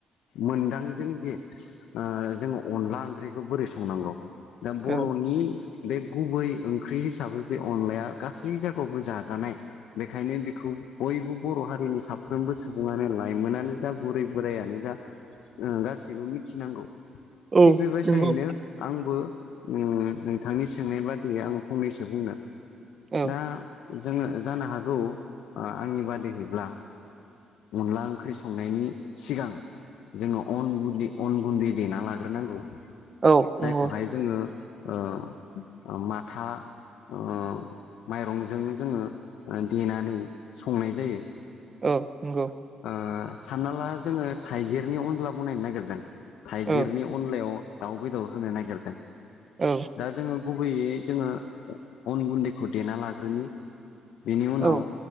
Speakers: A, on the left; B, on the right.
A: मोनदांजोंदि ओ जों अनला ओंख्रि बेखौ बोरै संनांगौ दा बर'नि
B: औ
A: बे गुबै ओंख्रि हिसाबै बे अनलाया गासै जायगायावबो जाजानाय बेखायनो बेखौ बयबो बर' हारिनि साफ्रोमबो सुबुङानो लाइमोनानो जा बुरै बोरायानो जा गासैबो मिथिनांगौ
B: औ
A: थिग बेबायसायैनो
B: नंगौ
A: आंबो नोंथांनि सोंनाय बादियै आं फंनैसो बुंदों
B: औ
A: दा जोङो जानो हागौ आंनि बादिहैब्ला अनला ओंख्रि संनायनि सिगां जोङो अन गु अन गुन्दै देना लाग्रोनांगौ
B: औ नंगौ
A: जायखौहाय जोङो ओ ओ माथा अ माइरंजों जोङो देनानै संनाय जायो
B: औ नंगौ
A: ओ सानना ला जोङो थाइगिरनि अनला बनायनो नागिरदों थाइगिरनि
B: औ
A: अनलायाव दाउ बेदर होनो नागिरदों
B: औ
A: दा जोङो गु बैयै जोङो अन गुन्दैखौ देना लाग्रोनि बेनि उनाव
B: औ